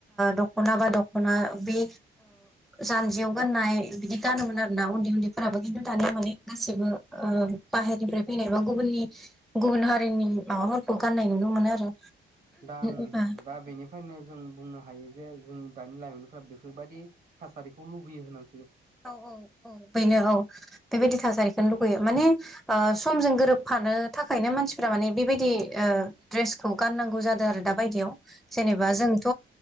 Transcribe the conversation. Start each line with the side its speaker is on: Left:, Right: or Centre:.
Centre: दखना बा दख'ना बे जानजियाव गाननाय बिदि गानोमोन आरो ना उन्दै उन्दै फोराबो खिन्थु दानिया माने गाससिबो बाहेरनिफ्राय फैनाय बा गुबुननि गुबुन हारिनि माबाफोरखौ गाननाय नुनो मोनो आरो।
Right: दा
Centre: ओ
Right: दा बेनिफ्रायनो जों बुंनो हायो जे जोंनि दानि लाइमोनफोरा बेफोरबायदि थासारिखौ लुबैयो होनां
Centre: औ औ औ बेनो औ। बेबायदि थासारिखौनो लुुबैयो माने समजों गोरोबफानो थाखायनो मानसिफ माने बेबायदि द्रेसखौ गाननांगौ जादों आरो दा बाययाव जेनेबा
Right: औ
Centre: जोंथ